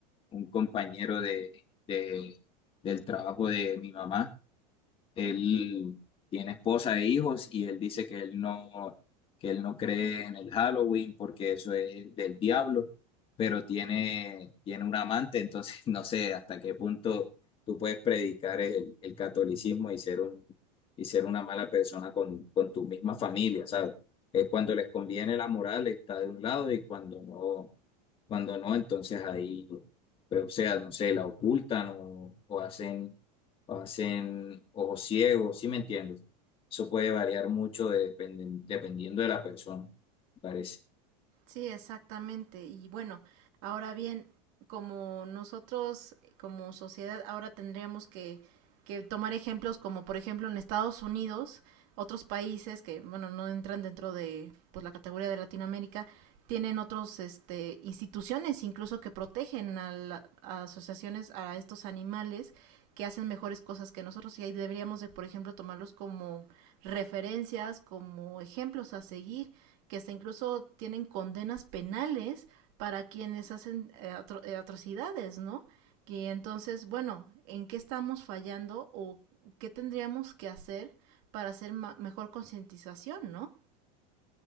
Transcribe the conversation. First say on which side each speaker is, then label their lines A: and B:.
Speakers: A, on the left (about 25°); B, on the right (about 55°).
A: un compañero de, de- del trabajo de mi mamá. Él tiene esposa e hijos y él dice que él no, que él no cree en el Halloween porque eso es del diablo, pero tiene, tiene un amante, entonces <laughs> no sé hasta qué punto tú puedes predicar el, el catolicismo y ser un, y ser una mala persona con, con tu misma familia, ¿sabes? Es cuando les conviene la moral está de un lado y cuando no, cuando no, entonces ahí, pues, o sea, no sé, la ocultan o, o hacen, o hacen ojos ciegos, ¿sí me entiendes? Eso puede variar mucho de- dependen- dependiendo de la persona, me parece.
B: Sí, exactamente. Y bueno, ahora bien, como nosotros, como sociedad, ahora tendríamos que, que tomar ejemplos como, por ejemplo, en Estados Unidos, otros países que, bueno, no entran dentro de pues, la categoría de Latinoamérica, tienen otros este, instituciones incluso que protegen a, la, a asociaciones a estos animales que hacen mejores cosas que nosotros y ahí deberíamos de, por ejemplo, tomarlos como referencias, como ejemplos a seguir que hasta incluso tienen condenas penales para quienes hacen eh, atro eh, atrocidades, ¿no? Que entonces, bueno, ¿en qué estamos fallando o qué tendríamos que hacer para hacer mejor concientización, ¿no?